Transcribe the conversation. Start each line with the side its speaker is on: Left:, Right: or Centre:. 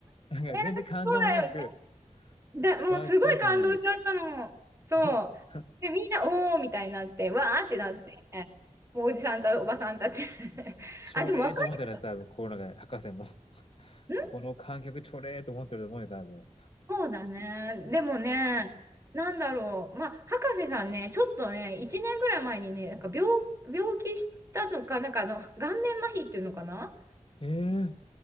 Left: なんか全然感動もなく
Right: えーそうだよね。だ、もうすごい感動しちゃったの。
Left: 終わっちゃうと思うの。
Right: そう。
Left: <laughs>
Right: で、みんな、おーみたいになって、わーってなって、もうおじさんたおばさんたち <laughs>
Left: ちょれーと思ってるやつ、
Right: あ、でも若い人
Left: 多分、心の中で、博士も。
Right: ん
Left: この観客ちょれーと思ってると思うよ、多分。
Right: そうだね。でもね、なんだろう。まあ、博士さんね、ちょっとね、1年ぐらい前にね、なんか病、病気したのか、なんかあの、顔面麻痺っていうのかな
Left: ええ